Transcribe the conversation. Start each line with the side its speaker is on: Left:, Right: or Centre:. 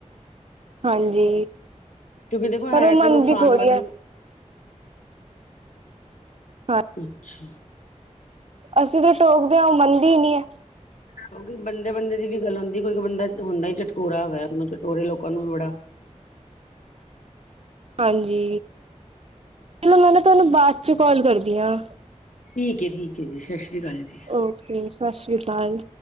Right: ਹਾਂਜੀ
Left: ਕਿਉਂਕਿ ਦੇਖੋ
Right: ਪਰ
Left: ਹੈ
Right: ਓ ਮੰਨਦੀ
Left: ਤਾਂ ਨੁਕਸਾਨ
Right: ਥੋੜ੍ਹੀ
Left: ਵਾਲੀ
Right: ਐ। ਹਾਂ
Left: ਅੱਛਾ
Right: ਅਸੀਂ ਤਾ ਟੋਕਦੇ ਹਾਂ ਉਹ ਮੰਨਦੀ ਨਈ ਐ।
Left: ਕਿਉਂਕਿ ਬੰਦੇ-ਬੰਦੇ ਦੀ ਵੀ ਗੱਲ ਹੁੰਦੀ ਕੋਈ- ਕੋਈ ਬੰਦਾ ਹੁੰਦਾ ਹੀ ਚਟਕੋਰਾ ਹੋਇਆ ਮਤਲਬ ਉਹੀ ਲੋਕਾਂ ਨੂੰ ਬੜਾ
Right: ਹਾਂਜੀ ਚਲੋ ਮੈਂ ਨਾ ਤੁਹਾਨੂੰ ਬਾਦ 'ਚ ਕਾਲ ਕਰਦੀ ਆਂ।
Left: ਠੀਕ ਹੈ-ਠੀਕ ਹੈ ਜੀ ਸਤਿ ਸ਼੍ਰੀ ਅਕਾਲ ਜੀ।
Right: ਓਕੇ ਸਤਿ ਸ਼੍ਰੀ ਅਕਾਲ।